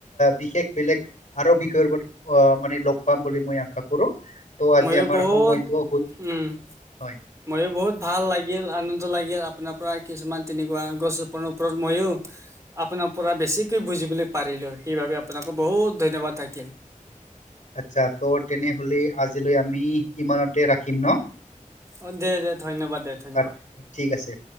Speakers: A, on the left (about 55°); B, on the right (about 20°).
A: বিশেষ বেলেগ আৰু বিষয়ৰ ওপ আহ মানে লগ পাম বুলি মই আশা কৰোঁ। ত' আজি
B: ময়ো
A: আমাৰ
B: বহুত
A: সময়তটো হল।
B: উম ময়ো বহুত ভাল লাগিল আনন্দ লাগিল আপোনাৰ পৰা কিছুমান তেনেকুৱা গছ আপোনাৰ ওপৰত মইও আপোনাৰ পৰা বেছিকে বুজিবলৈ পাৰিলো সেইবাবে আপোনাকো বহুত ধন্যবাদ। অ থাকিল।
A: আত্চ্ছা ত' তেনেহলে আজিলৈ আমি ইমানতে ৰাখিম ন।
B: অ দে দে ধন্যবাদ দে ধন্যবাদ।
A: আ- ঠিক আছে।